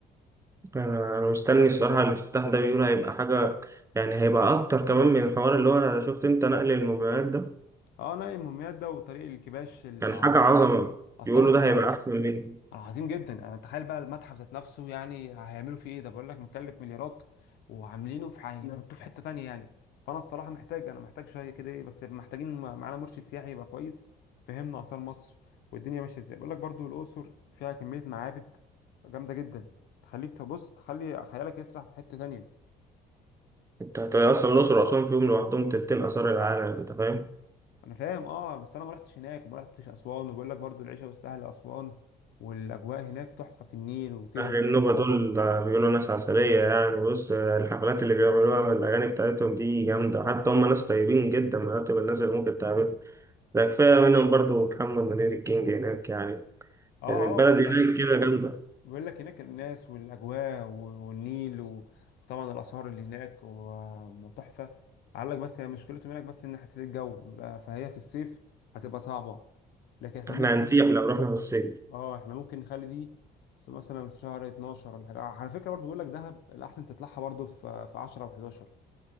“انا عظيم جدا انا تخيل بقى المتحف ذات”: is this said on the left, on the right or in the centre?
Left